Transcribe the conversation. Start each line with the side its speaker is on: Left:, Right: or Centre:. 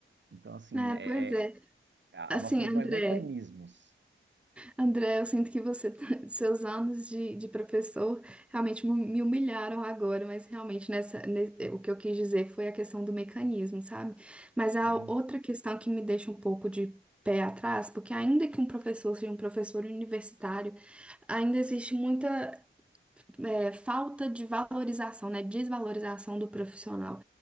Right: Então, assim,
Centre: É,
Right: é,
Centre: pois é.
Right: é- a-
Centre: Assim,
Right: nós temos
Centre: André.
Right: mais mecanismos.
Centre: André, eu sinto que você, <laughs> seus anos de, de professor realmente mu- me humilharam agora, mas realmente nessa, ne- o que eu quis dizer foi a questão do mecanismo, sabe? Mas a
Right: Uhum.
Centre: outra questão que me deixa um pouco de pé atrás, porque ainda que um professor seja um professor universitário, ainda existe muita é, falta de valorização, né? Desvalorização do profissional.